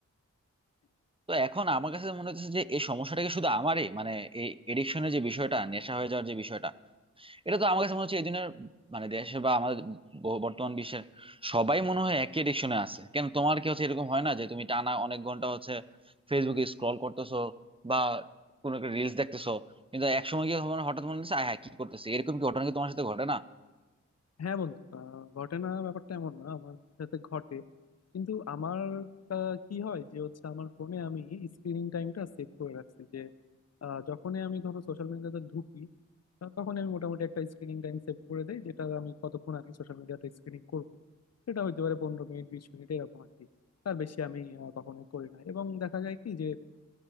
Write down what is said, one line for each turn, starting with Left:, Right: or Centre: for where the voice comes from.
Right: তো এখন আমার কাছে মনে হচ্ছে যে এই সমস্যাটা কি শুধু আমারই মানে এই এডিকশনের যে বিষয়টা নেশা হয়ে যাওয়ার যে বিষয়টা এটা তো আমার কাছে মনে হচ্ছে এই দিনের মানে দেশে বা আমাদের ব- বর্তমান বিশ্বের সবাই মনে হয় একই এডিকশনে আছে কেন তোমার কি হচ্ছে এরকম হয় না যে তুমি টানা অনেক ঘন্টা হচ্ছে ফেসবুকে স্ক্রল করতেছো বা কোনো একটা রিলস দেখতেছো কিন্তু একসময় গিয়ে তোমার হঠাৎ মনে হচ্ছে আয় হ্যাঁ কি করতেছি এরকম কি ঘটনা কি তোমার সাথে ঘটে না
Left: হ্যাঁ বন্ধু আহ, ঘটে না ব্যাপারটা এমন না আমার সাথে ঘটে কিন্তু আমার আহ, কি হয় যে হচ্ছে আমার ফোনে আমি স্ক্রিনিং টাইমটা সেভ করে রাখছি যে আহ, যখনই আমি ধরো সোশ্যাল মিডিয়াতে ঢুকি আহ, তখনই আমি মোটামুটি একটা স্ক্রিনিং টাইম সেভ করে দেই যেটা আমি কতক্ষণ আর কি সোশ্যাল মিডিয়াতে স্ক্রিনিং করব সেটা হইতে পারে পনেরো মিনিট বিশ মিনিট এরকম আর কি তার বেশি আমি আহ, কখনোই করি না এবং দেখা যায় কি যে